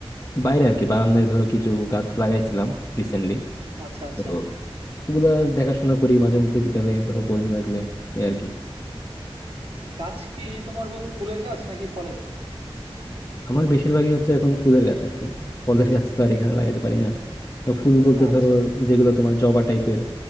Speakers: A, on the left; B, on the right.
A: বাইরে আর কি বারান্দায় ধরো কিছু গাছ লাগাইছিলাম রিসেন্টলি
B: আচ্ছা আচ্ছা
A: তো ওগুলা দেখাশোনা করি মাঝে মধ্যে বিকালে ধরো বোরিং লাগলে এই আর কি
B: গাছ কি তোমার বন্ধু ফুলের গাছ নাকি ফলের গাছ
A: আমার বেশিরভাগই হচ্ছে এখন ফুলের গাছ আর কি ফলের গাছ তো আর এখানে লাগাইতে পারি না তো ফুল বলতে
B: আচ্ছা
A: ধরো যেগুলো তোমার জবা টাইপের